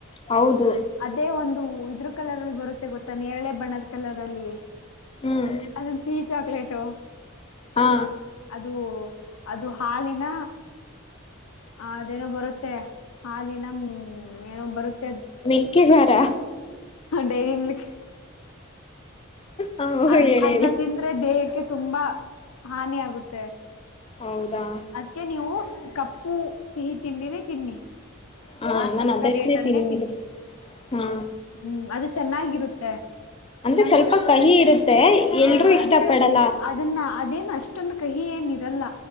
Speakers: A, on the left (about 25°); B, on the left (about 80°).
A: ಹೌದು
B: ಅದೇ ಒಂದು ಇದ್ರ ಕಲರ್ ಅಲ್ಲಿ ಬರುತ್ತೆ ಗೊತ್ತಾ ನೇರಳೆ ಬಣ್ಣದ ಕಲರ್ ಅಲ್ಲಿ
A: ಹ್ಮ್
B: ಅದೊಂದು ಸಿಹಿ ಚಾಕ್ಲೇಟು
A: ಹಾ
B: ಅದು ಅದು ಹಾಲಿನ ಅ ಅದೇನೋ ಬರುತ್ತೆ ಹಾಲಿನಮ ಏನೋ ಬರುತ್ತೆ
A: ಮಿಲ್ಕಿದಾರಾ
B: ಡೈರಿಲಿ ಮಿಲ್ಕ್
A: ಹ
B: ಅದ್
A: ಹೇಳಿ
B: ಅದ್ನ್ನ
A: ಹೇಳಿ
B: ತಿಂದ್ರೆ ದೇಹಕ್ಕೆ ತುಂಬಾ ಹಾನಿ ಆಗುತ್ತೆ
A: ಹೌದಾ
B: ಅದ್ಕ್ಕೆ ನೀವು ಕಪ್ಪು ಸಿಹಿ ತಿಂಡಿನೆ ತಿನ್ನಿ
A: ಹಾ
B: ಆ
A: ನಾನು
B: ಚಾಕಲೇಟ್
A: ಅದಕ್ಕನೇ
B: ಅನ್ನೇ
A: ತಿನ್ನೋದು
B: ತಿನ್ನಿ
A: ಹಾ
B: ಹೂ ಅದು ಚೆನ್ನಾಗಿರುತ್ತೆ
A: ಅಂದ್ರೆ
B: ನಂಗು
A: ಸ್ವಲ್ಪ
B: ಇ
A: ಕಹಿ ಇರುತ್ತೆ
B: ಹ
A: ಎಲ್ರೂ ಇಷ್ಟ
B: ಅದೇನ
A: ಪಡಲ್ಲ
B: ಅದನ್ನ ಅದೇನ ಅಷ್ಟೊಂದು ಕಹಿ ಏನ ಇರಲ್ಲ